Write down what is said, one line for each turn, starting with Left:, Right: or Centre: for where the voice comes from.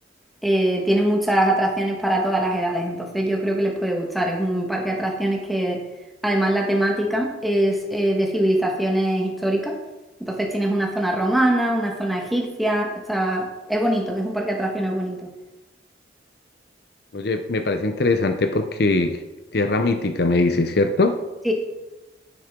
Centre: eh, tiene muchas atracciones para todas las edades, entonces yo creo que les puede gustar. Es un parque de atracciones que además la temática es eh, de civilizaciones históricas, entonces tienes una zona romana, una zona egipcia, está... es bonito, es un parque de atracciones bonito.
Left: Oye, me parece interesante porque tierra mítica, me dice, ¿cierto?
Centre: Sí.